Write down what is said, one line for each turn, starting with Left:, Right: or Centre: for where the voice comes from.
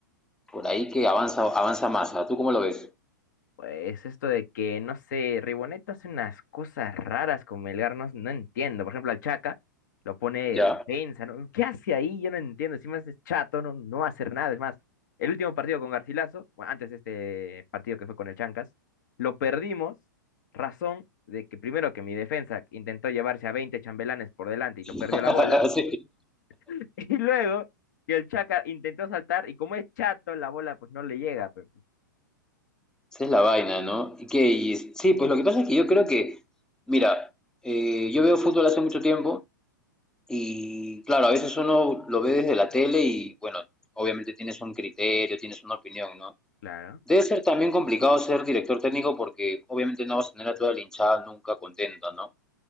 Centre: por ahí que avanza, avanza más. ¿ah? ¿Tú cómo lo ves?
Left: Pues esto de que, no sé, Riboneta hace unas cosas raras con Melgar, no, no entiendo. Por ejemplo, al Chaca lo pone de
Centre: Ya.
Left: defensa, ¿no? ¿Qué hace ahí? Yo no entiendo. Si más es chato, no, no va a hacer nada. Es más, el último partido con Garcilaso, bueno, antes de este partido que fue con el Chancas, lo perdimos. Razón de que primero que mi defensa intentó llevarse a 20 chambelanes por delante y lo
Centre: <laughs>
Left: perdió la bola.
Centre: Sí.
Left: <laughs> Y luego que el Chaca intentó saltar y como es chato, la bola pues no le llega. Pues,
Centre: Esa es la vaina, ¿no? Y que, y sí, pues lo que pasa es que yo creo que, mira, eh, yo veo fútbol hace mucho tiempo y, claro, a veces uno lo ve desde la tele y, bueno, obviamente tienes un criterio, tienes una opinión, ¿no?
Left: claro,
Centre: Debe ser también complicado ser director técnico porque obviamente no vas a tener a toda la hinchada nunca contenta, ¿no?